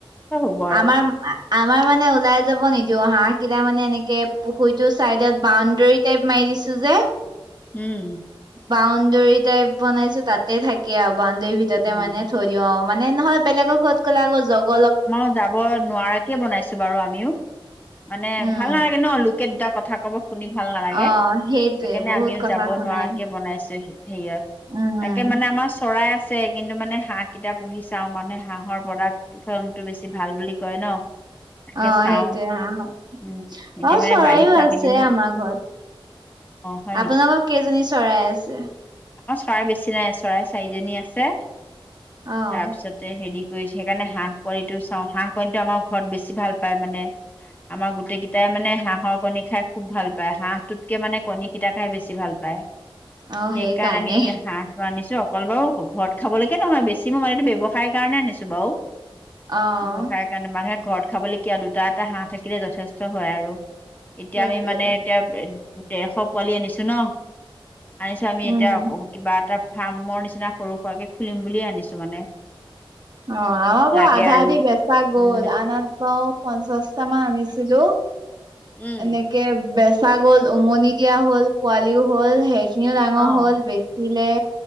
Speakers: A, on the left; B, on the right.
A: চব হ'ব আৰু
B: আমাৰ আ আমাৰ মানে ওলাই যাব নিদিও হাঁহ কেইটা মানে এনেকে পুখুৰীটোৰ চাইডত বাউণ্ডৰী টাইপ মাৰি দিছো যে।
A: উম।
B: বাউণ্ডৰী টাইপ বনাইছো তাতে থাকে আৰু। বাউণ্ডেৰীৰ ভিতৰতে
A: উম
B: মানে থৈ দিওঁ। মানে নহয় বেলেগৰ ঘৰত গলে আকৌ জগ
A: মই যাব নোৱাৰাকে বনাইছো বাৰু আমিও। মানে
B: উম
A: ভাল নালাগে ন লোক <unintelligible> কথা কব। শুনি ভাল নালাগে,
B: অ', সেইটোৱে
A: সেইকাৰণে
B: বহুত
A: আমিও
B: কথা
A: যাব
B: শুনাই
A: নোৱাৰাকে বনাইছোহি। হেয়াত।
B: উম
A: তাকে মানে আমাৰ চৰাই আছ ছে, কিন্তু মানে হাঁহ কিটা পুহি চাওঁ, মানুহে হাঁহৰ প্ৰডাক্ট টো বেছি ভাল বুলি কয় ন? তাকে
B: অ
A: চাওঁ
B: সেইটোৱে হাঁহৰ,
A: উম এতিয়া
B: আও
A: মানে
B: চৰাইও
A: বাৰিষা
B: আছে
A: কেইদিন
B: আমাৰ ঘৰত,
A: অ হয়
B: আপোনালোকৰ কেইজনী চৰাই আছে?
A: অ চৰাই বেছি নাই, চৰাই চাঈজনী আছে
B: অ',
A: তাৰপিছতে হেৰি <inaudible> হাঁহ পোৱালিটো চাওঁ, হাঁহ কণীটো আমাৰ ঘৰত বেছি ভাল পায় মানে, আমাৰ গোটেই কেইটাই মানে হাঁহৰ কণী খাই খুব ভাল পায়। হাঁহটোতকে মানে কণী কেইটা খাই বেছি ভাল পায়। সেইকাৰণে
B: অ', সেইকাৰণে
A: আমি এয়া হাঁহটো আনিছ টো অকল বাৰু ঘৰত খাবলৈকে নহয়, বেছিম ও মানে এইটো ব্যৱসায়ৰ কাৰণে আনিছো বাৰু।
B: অ',
A: ব্যৱসায় কাৰনে মানহে ঘৰত খাবলৈ কিয় দুটা এটা হাঁহ থাকিলে যথেষ্ট হয় আৰু। এতিয়া
B: সেইটোৱে
A: আমি মানে এতিয়া দেৰ শ পোৱালি আনিছোঁ ন। আনিছোঁ আমি
B: উম
A: এতিয়া অ কিবাত টা ফাৰ্মৰ নিচিনা সৰু সুৰাকে খুলিম বুলিয়ে আনিছোঁ মানে
B: <unintelligible>
A: লাগে
B: আধা
A: আৰু
B: আধি বেচা গ'ল।
A: উম
B: <unintelligible> পঞ্চাচটা মান আনিছিলো।
A: উম
B: এনেকে বেচ ছা গ'ল, উমনি দিয়া হ'ল, পোৱালিও হ'ল, হে খিনিও ডাঙৰ
A: অ
B: হ'ল, বেচিলে